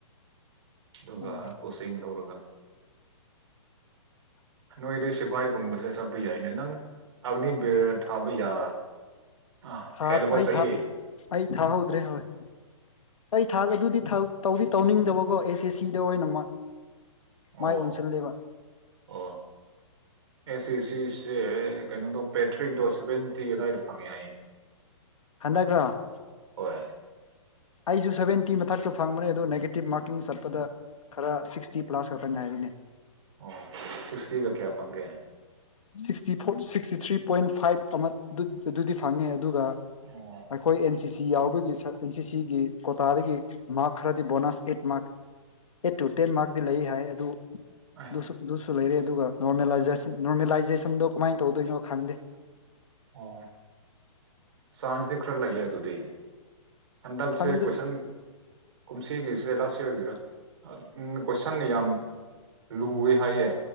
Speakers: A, on the right (about 60°); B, on the left (about 80°).
A: ꯑꯗꯨꯒ
B: ꯑꯣ
A: ꯇꯤꯡ ꯂꯧꯔꯒ
B: <unintelligible>
A: ꯅꯣꯏꯗꯤ ꯁꯤꯐꯥꯏꯒꯨꯝꯕꯁꯦ ꯆꯠꯄ ꯌꯥꯏꯅꯦ ꯅꯪ ꯑꯒꯅꯤꯕꯤꯔ ꯊꯥꯕ ꯌꯥ ꯑꯥ꯫
B: ꯊꯥ
A: ꯍꯦꯜꯂꯕ
B: ꯑꯩ
A: ꯆꯍꯤ
B: ꯊꯥ ꯑꯩ ꯊꯥꯍꯧꯗ꯭ꯔꯦ ꯍꯣꯏ ꯑꯩ ꯊꯥ ꯑꯗꯨꯗꯤ ꯇꯧꯗꯤ ꯇꯧꯅꯤꯡꯗꯕꯀꯣ ꯑꯦꯁ ꯑꯦ ꯁꯤꯗ ꯑꯣꯏꯅ ꯃꯥꯏ
A: ꯑꯣ
B: ꯑꯣꯟꯁꯤꯜꯂꯦꯕ꯫
A: ꯑꯣ ꯑꯦ ꯁꯤ ꯁꯤꯁꯦ ꯀꯩꯅꯣꯗꯣ ꯄꯦꯇ꯭ꯔꯤꯛ ꯗꯣ ꯁꯕꯦꯟ ꯇꯤ ꯑꯗꯨꯗꯥꯏꯗ ꯐꯪꯉꯦ ꯍꯥꯏꯌꯦ꯫
B: ꯍꯟꯗꯛꯔ꯫
A: ꯍꯣꯏ꯫
B: ꯑꯩꯁꯨ ꯁꯕꯦꯟꯇꯤ ꯃꯊꯛꯇ ꯐꯪꯕꯅꯦ ꯑꯗꯨ ꯅꯦꯒꯦꯇꯤꯞ ꯃꯥꯔꯀꯤꯡ ꯆꯠꯄꯗ ꯈꯔ ꯁꯤꯛꯁꯇꯤ ꯄ꯭ꯂꯥꯁ ꯈꯛꯇ ꯉꯥꯏꯔꯦꯅꯦ꯫
A: ꯑꯣ ꯁꯤꯛꯁꯇꯤꯒ ꯀꯌꯥ ꯐꯪꯒꯦ꯫
B: Sixty four sixty three point five ꯑꯃ ꯑꯗꯨꯗꯤ ꯐꯪꯉꯦ ꯑꯗꯨꯒ
A: ꯑꯣ
B: ꯑꯩꯈꯣꯏ ꯑꯦꯟ ꯁꯤ ꯁꯤ ꯌꯥꯎꯕꯒꯤ ꯑꯦꯟ ꯁꯤ ꯒꯤ ꯀꯣꯇꯥꯗꯒꯤ ꯃꯥꯔꯛ ꯈꯔꯗꯤ bonus eight mark eight two ten ꯃꯥꯔꯛꯇꯤ ꯂꯩ ꯍꯥꯏ ꯑꯗꯨ
A: <unintelligible>
B: ꯑꯗꯨꯁꯨ ꯑꯗꯨꯁꯨ ꯂꯩꯔꯦ ꯑꯗꯨꯒ ꯅꯣꯔꯃꯦꯂꯥꯏꯖꯦꯁꯥꯟꯗꯨ ꯅꯣꯔꯃꯦꯂꯥꯏꯖꯦꯁꯟꯗꯣ ꯀꯃꯥꯏꯅ ꯇꯧꯗꯣꯏꯅꯣ ꯈꯪꯗꯦ꯫
A: ꯑꯣ ꯆꯥꯟꯁꯗꯤ ꯈꯔ ꯂꯩꯌꯦ ꯑꯗꯨꯗꯤ ꯍꯟꯗꯛꯁꯦ
B: ꯈꯪꯗ꯭ꯔꯦ
A: ꯀꯣꯏꯁꯟ ꯀꯨꯝꯁꯤꯒꯤꯁꯦ ꯂꯥꯁ ꯏꯌꯔꯒꯤꯔ ꯎꯝ ꯀꯣꯏꯁꯟ ꯌꯥꯝ ꯂꯨꯋꯦ ꯍꯥꯏꯌꯦ